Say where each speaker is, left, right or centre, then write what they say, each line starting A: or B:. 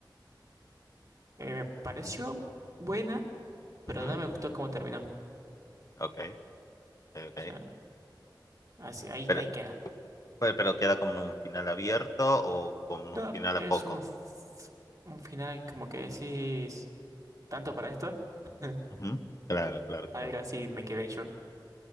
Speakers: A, on the right; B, on the left.
A: Eh, me pareció buena, pero
B: Ujú,
A: no me gustó cómo terminó.
B: Ok, ok.
A: O sea, así, ahí,
B: Pero,
A: ahí queda.
B: pero, pero queda como en un final abierto o como en
A: No,
B: un final
A: es
B: a poco.
A: un, f- un final como que decís, ¿tanto para esto? <laughs>
B: Ujú, Claro, claro, claro.
A: Algo
B: entiendo.
A: así me quedé yo.